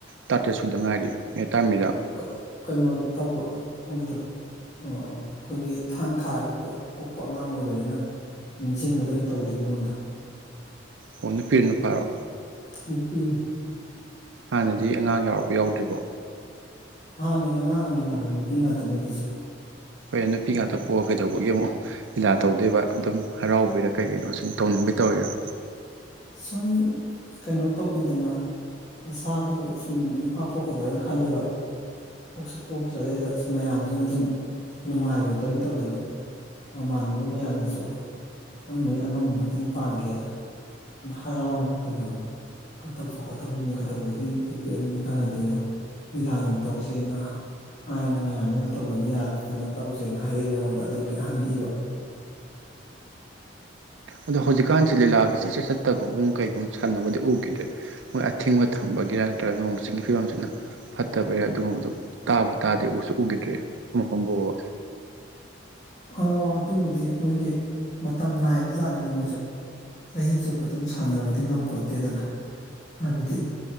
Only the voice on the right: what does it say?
ꯇꯔꯥꯇꯔꯦꯠ ꯁꯨꯗ ꯉꯥꯏꯔꯤ ꯑꯦ ꯇꯔꯥ ꯃꯔꯤꯔꯥ
ꯑꯣ ꯅꯨꯄꯤ ꯅꯨꯄꯥꯔꯣ
ꯍꯥꯟꯅꯗꯤ ꯑꯉꯥꯡ ꯌꯥꯎꯔꯕꯣ ꯌꯥꯎꯗ꯭ꯔꯤꯕꯣ?
ꯍꯣꯏ ꯅꯨꯄꯤ ꯉꯥꯛꯇ ꯄꯣꯛꯑꯒ ꯀꯩꯗꯧꯕꯒꯤ ꯑꯃꯨꯛ ꯂꯤꯂꯥ ꯇꯧꯗꯣꯏꯕ ꯑꯗꯨꯝ ꯍꯔꯥꯎꯕꯩꯔꯥ ꯀꯩꯒꯤꯅꯣ ꯁꯨꯝ ꯇꯧꯅꯤꯡꯕꯩ ꯇꯧꯔꯤꯔꯣ?
ꯑꯗꯣ ꯍꯧꯖꯤꯛꯀꯥꯟꯁꯤ ꯂꯤꯂꯥꯒꯤꯁꯤ ꯏꯆꯠ ꯆꯠꯇꯒꯨꯝꯃꯨꯛ ꯀꯩꯒꯨꯝ ꯁꯥꯟꯅꯕꯗꯤ ꯎꯈꯤꯗ꯭ꯔꯦ ꯃꯣꯏ ꯑꯊꯤꯡꯕ ꯊꯝꯕꯒꯤꯔꯥ ꯅꯠꯇ꯭ꯔꯒ ꯅꯣꯡ ꯆꯤꯡꯒꯤ ꯐꯤꯕꯝꯁꯤꯅ ꯐꯠꯇꯕꯩꯔ ꯑꯗꯨꯒꯨꯝꯕꯗꯨ ꯇꯥꯕꯨ ꯇꯥꯗꯦ ꯎꯁꯨ ꯎꯈꯤꯗ꯭ꯔꯦ ꯃꯐꯝꯕꯨꯕ